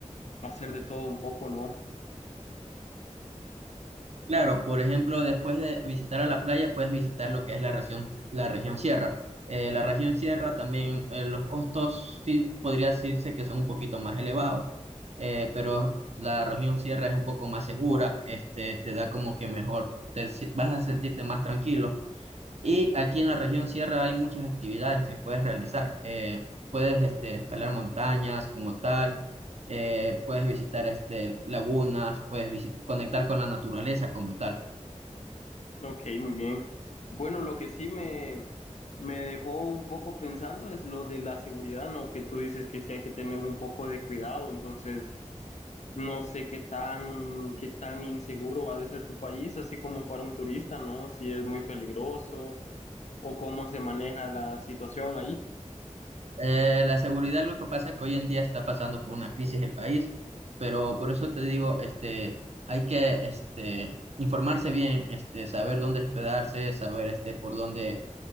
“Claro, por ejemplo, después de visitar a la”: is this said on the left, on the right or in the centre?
Right